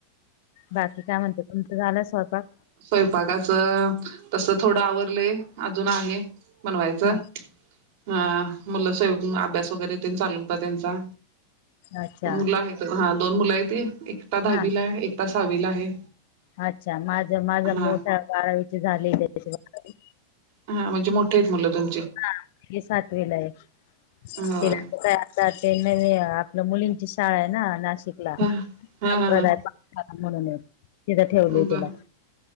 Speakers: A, on the left (about 50°); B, on the right (about 50°).
A: बाकी काय म्हणते तुमचं झालंय स्वयपाक?
B: स्वयंपाकाच तस थोडं आवरले अजून आहे. बनवायचं
A: हा
B: ह. मुलं स्वय अभ्यास वगैरे चालू होता त्यांचा
A: अच्छा
B: मुलं आहे हा. दोन मुला आहेत एकता दहावीलाय
A: हा
B: एकटा सहावीला आहे.
A: अच्छा माझ माझा
B: हा
A: मोठा बारावीची झाली त्याची बारावी.
B: हा म्हणजे मोठे आहेत मुलं तुम
A: हा ये सातवीलाय तिया
B: होय
A: तर काय आता ते नवीन आपल्या मुलींची शाळा आहे ना नाशिकला
B: हा
A: संप्रदा
B: हा हा हा
A: म्हणून. तिथं ठेवलय
B: बर
A: तिला